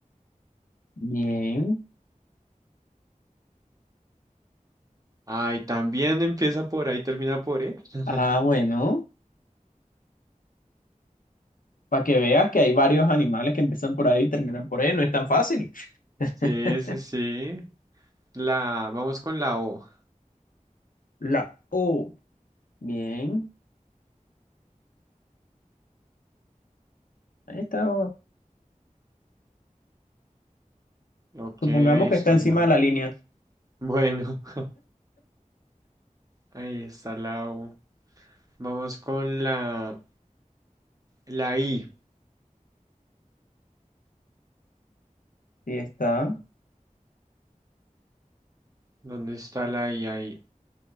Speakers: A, on the left (about 80°); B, on the right (about 25°).
A: bien.
B: Ay, también empieza por A y termina por E. <laughs>
A: Ah, bueno. Para que veas que hay varios animales que empiezan por ahí y terminan por E. No es tan fácil. <laughs>
B: Sí, sí, sí. La, vamos con la O.
A: La O. Bien. Ahí está.
B: Ok,
A: Supongamos
B: ahí
A: que
B: está
A: está encima
B: la
A: de
B: O.
A: la línea.
B: Bueno, <laughs> ahí está la O. Vamos con la, la I.
A: Sí, está
B: ¿Dónde está la I ahí?